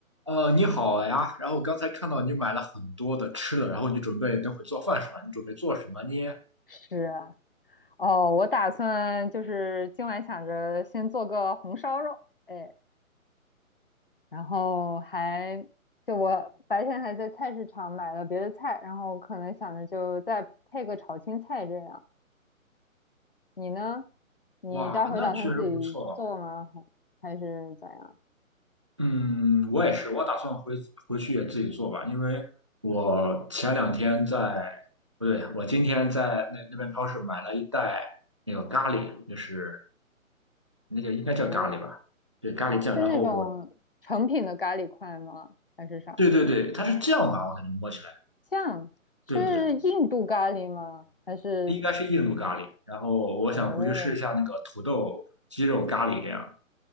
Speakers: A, on the right (about 25°); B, on the left (about 40°).
A: 呃，你好呀。然后刚才看到你买了很多的吃的，然后你准备等会做饭是吧？你准备做什么呢？
B: 是啊，哦，我打算就是今晚想着先做个红烧肉，哎，然后还就我白天还在菜市场买了别的菜，然后可能想着就再配个炒青菜这样。你呢？你待会儿打算自己做吗？
A: 哇，那确实不错。
B: 还还是咋样？
A: 嗯，我也是，我打算回回去也自己做吧，因为我前两天在，不对，我今天在那那边超市买了一袋那个咖喱，就是那个应该叫咖喱吧？
B: 哦，
A: 对，咖喱酱。
B: 是那种成品的咖喱块吗？
A: 然后我，
B: 还是啥
A: 对对对，它是酱吧？我感觉摸起来，
B: 酱？
A: 对对，
B: 是印度咖喱吗？还是
A: 应该是印度咖喱。然后我想回去试一下那个土豆鸡肉咖喱这样。
B: 哦